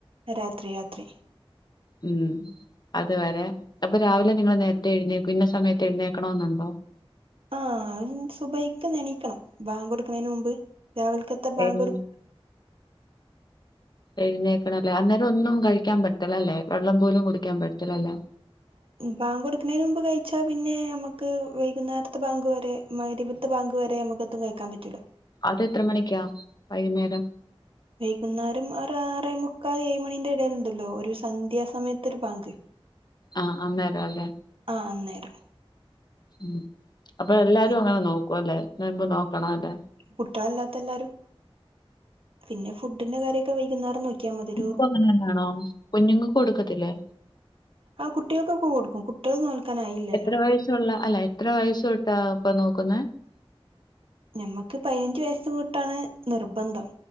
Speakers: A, on the right; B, on the left.
A: രാത്രി രാത്രി
B: ഉം അതുവരെ അപ്പൊ രാവിലെ നിങ്ങൾ നേരത്തെ എഴുന്നേക്കും ഇന്ന സമയത്ത് എഴുന്നേക്കണ എന്നുണ്ടോ <unintelligible>
A: ആ സുബൈക്ക് എണീക്കണം ബാങ്ക് കൊടുക്കുന്നതിന് മുമ്പ് രാവിലക്കത്ത ബാങ്ക
B: എഴു
A: <unintelligible>
B: എഴുന്നേക്കണം അല്ലേ അന്നേരം ഒന്നും കഴിക്കാൻ പറ്റില്ലല്ലേ വെള്ളം പോലും കുടിക്കാൻ പറ്റില്ലല്ലേ
A: ബാങ്ക് കൊടുക്കുന്നതിന് മുമ്പ് കഴിച്ചാ പിന്നെ നമ്മുക്ക് വൈകുന്നേരത്തെ ബാങ്ക് വരെ മഗ്‌രിബ് ബാങ്ക് വരെ നമുക്കൊന്നും കഴിക്കാൻ പറ്റൂല
B: അത എത്ര മണിക്കാ വൈകുന്നേരം
A: വൈകുന്നേരം ആറ ആറേ മുക്കാൽ ഏഴുമണിന്റെ ഇടയിലുണ്ടല്ലോ ഒരു സന്ധ്യാസമയത്ത് ഒരു ബാങ്ക്
B: ആഹ് അന്നേര അല്ലേ
A: ആഹ് അന്നേരം
B: ഉ അപ്പൊ എല്ലാരും
A: ഉം
B: അങ്ങനെ നോക്കുവലെ നോയമ്പ് നോക്കണ ല്ലേ
A: കുട്ടികളല്ലാത്ത എല്ലാരും പിന്നെ ഫുഡിന്റെ കാര്യൊക്കെ വൈകുന്നേരം നോക്കിയാൽ മതി ഒരു
B: കുഞങ്ങൾക്ക്‌ അങ്ങനെന്നാണോ കുഞ്ഞുങ്ങക്ക് കൊടുക്കത്തില്ലേ
A: ആ കുട്ടികൾക്കൊക്കെ കൊടുക്കും കുട്ടികൾ നോൽക്കാനായില്ലല്ലോ
B: എത്ര വയസുള്ള അല്ല എത്ര വയസ്സ് തോട്ടാ ഇപ്പൊ നോക്കുന്ന
A: ഞമ്മക്ക് പതിനഞ്ച് വയസ്സ് തോട്ടാണ് നിർബന്ധം